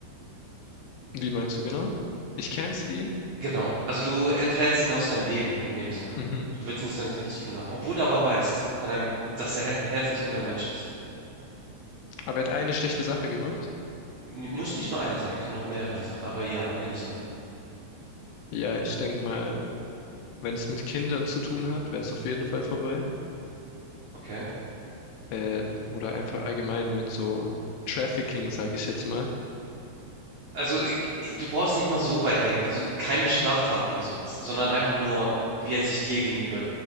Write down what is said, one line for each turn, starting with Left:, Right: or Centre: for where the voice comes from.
Left: Wie meinst du genau? Ich cancel ihn.
Right: Genau. Also, du entfernst ihn aus deinem Leben in dem Sinne.
Left: Mhm.
Right: Du willst nichts mehr mit ihm zu tun haben, obwohl du aber weißt von einem dass er ein herzensguter Mensch ist.
Left: Aber er hat eine schlechte Sache gemacht.
Right: M muss nicht nur einer sein, kann auch mehrere sein, aber ja, in dem Sinne.
Left: Ja, ich denke mal, wenn es mit Kindern zu tun hat, wäre es auf jeden Fall vorbei.
Right: Okay.
Left: Äh, oder einfach allgemein mit so Trafficking, sage ich jetzt mal.
Right: Also, i g du brauchst nicht mal so weit denken, also, keine Straftaten oder sowas, sondern einfach nur, wie er sich dir gegenüber